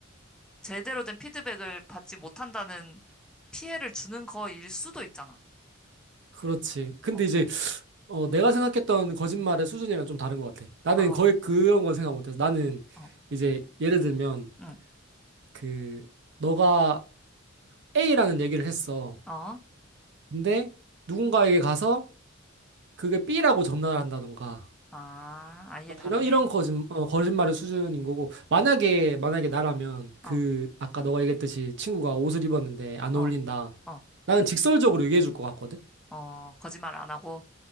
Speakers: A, in the centre; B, on the right.
A: 제대로 된 피드백을 받지 못한다는 피해를 주는 거일 수도 있잖아.
B: 그렇지. 근데
A: 어,
B: 이제, 어, 내가 생각했던 거짓말의 수준이랑 좀 다른 것 같아. 나는
A: 아,
B: 거의 그런 건 생각 못해서. 나는
A: 어,
B: 이제, 예를 들면,
A: 응,
B: 그, 너가 A라는 얘기를 했어.
A: 어,
B: 근데 누군가에게 가서 그게 B라고 전달한다던가.
A: 아, 아예
B: 어,
A: 다르게,
B: 이런 이런 거짓 어, 거짓말의 수준인 거고 만약에 만약에 나라면 그
A: 어,
B: 아까 너가 얘기했듯이 친구가 옷을 입었는데 안
A: 어,
B: 어울린다.
A: 어,
B: 나는 직설적으로 얘기해 줄 것 같거든.
A: 어, 거짓말 안 하고,